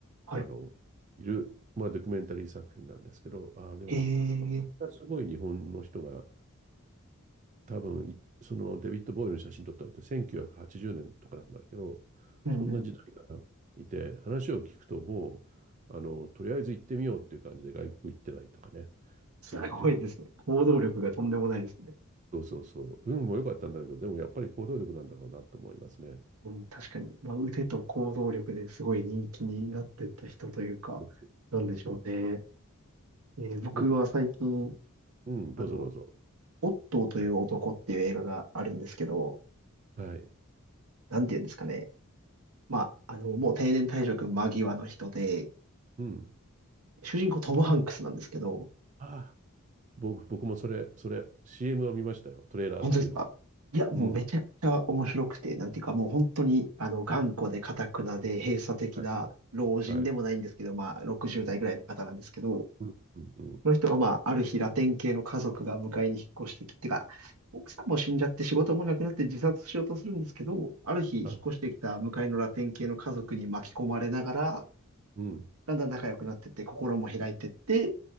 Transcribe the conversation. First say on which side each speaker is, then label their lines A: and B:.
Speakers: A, on the right; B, on the right.
A: はい。
B: あのいる、まあ、ドキュメンタリー作品なんですけどああでも
A: えー、
B: すごい日本の人が多分いそのデビッド・ボーイの写真撮ったのって1980年とかなんだけどそんな時代からいて話を聞くともうあのとりあえず行ってみようっていう感じで外国行ってないとかね
A: うんうん。すごいですね。
B: するっていうのが
A: 行動力がとんでもないですね。
B: そうそうそう運も良かったんだけどでもやっぱり行動力なんだろうなと思いますね
A: うん、確かに。まあ、腕と行動力ですごい人気になってった人というか、
B: そうそうそうそう
A: なんでしょうね。えー僕は最近、
B: でもうんどうぞどうぞ
A: あの、オットーという男っていう映画があるんですけど、
B: はいはい
A: なんて言うんですかね。まあ、あの、もう定年退職間際の人で、
B: うん
A: 主人公トム・ハンクスなんですけど、
B: ああ僕僕もそれそれ CM を見ましたよトレーラーっていうの
A: 本当ですかいや、もうめちゃくちゃ面白くて、
B: うん
A: なんていうかもう本当に、あの、頑固で頑くなで閉鎖的な老人でもないんですけど、
B: はいはい
A: まあ、60代ぐらいの方なんですけど、
B: うんうんうん
A: その人がまあ、ある日ラテン系の家族が迎えに引っ越してきてか、奥さんも死んじゃって仕事もなくなって自殺しようとするんですけど、ある日引っ越してきた向かいのラテン系の家族に巻き込まれながら、
B: あうん
A: だんだん仲良くなってって、心も開いてって、